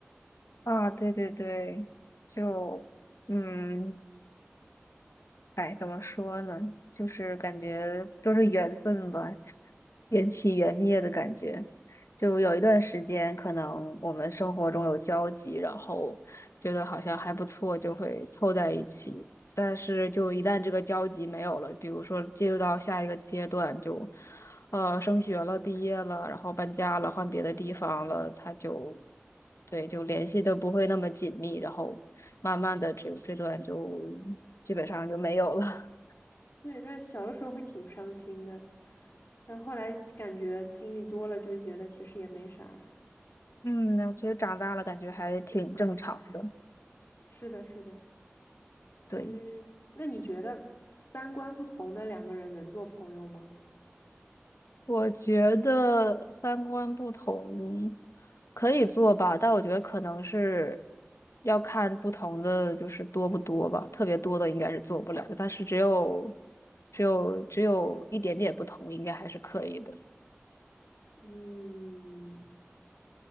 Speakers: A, on the left (about 80°); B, on the left (about 60°).
A: <laughs> 啊，对对对，就嗯，哎，怎么说呢？就是感觉都是缘分吧。<laughs> 缘起缘灭的感觉。就有一段时间，可能我们生活中有交集，然后觉得好像还不错，就会凑在一起。但是，就一旦这个交集没有了，比如说进入到下一个阶段，就呃升学了、毕业了，然后搬家了、换别的地方了，他就对就联系的不会那么紧密，然后慢慢的这这段就基本上就没有了。
B: 对，但是小的时候会挺伤心的，但后来感觉经历多了，就觉得其实也没啥。
A: <laughs> 嗯，那其实长大了感觉还挺正常的，
B: 是的，是的。
A: 对。
B: 嗯，那你觉得三观不同的两个人能做朋友吗？
A: 我觉得三观不同可以做吧，但我觉得可能是要看不同的，就是多不多吧。特别多的应该是做不了，但是只有只有只有一点点不同，应该还是可以的。
B: 嗯，